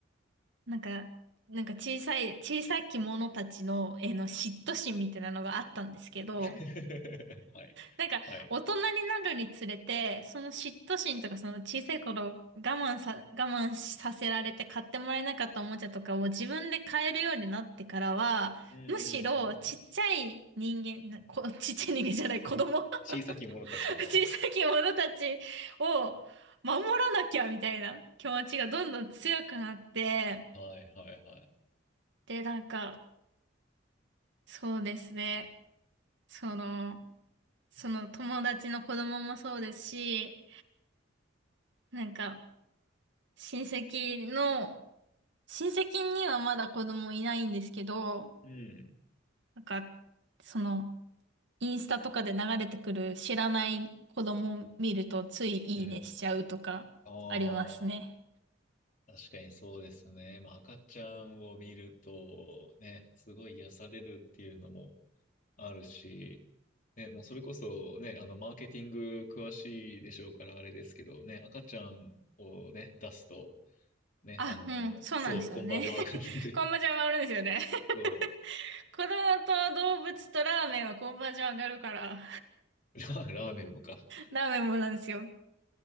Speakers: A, on the right; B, on the left.
A: なんか、なんか小さい、小さき者たちの、えの嫉妬心みたいなのがあったんですけど、
B: <laughs> はい。
A: なんか、
B: はい。
A: 大人になるにつれて、その嫉妬心とか、その小さい頃我慢さ、我慢させられて買ってもらえなかったおもちゃとかを自分で買えるようになってからは、
B: うんうんうんうん
A: むしろちっちゃい人間、なこ、<laughs> ちっちゃい人間じゃない、子供 <laughs>
B: 小さき者たちが。
A: 小さき者たちを守らなきゃみたいな気持ちがどんどん強くなって、
B: ああはいはいはい。
A: で、なんか、そうですね、その、その友達の子供もそうですし、なんか、親戚の、親戚にはまだ子供いないんですけど、
B: うん。
A: なんか、その、インスタとかで流れてくる知らない子供を見るとついいいねしちゃうとかありますね。
B: うん。ああ、確かにそうですね。まあ、赤ちゃんを見ると、ね、すごい癒されるっていうのもあるし、ね、もうそれこそね、あの、マーケティング詳しいでしょうからあれですけどね、赤ちゃんをね、出すと、ね、
A: あ、
B: あの、
A: うん、そうなんですよね。
B: そう、コンバージョン上がるんで、
A: <laughs> コンバージョン上がるんですよね。
B: そう、
A: <laughs> 子供と動物とラーメンはコンバージョン上がるから、
B: ラ、ラーメンもか。
A: ラーメンもなんですよ。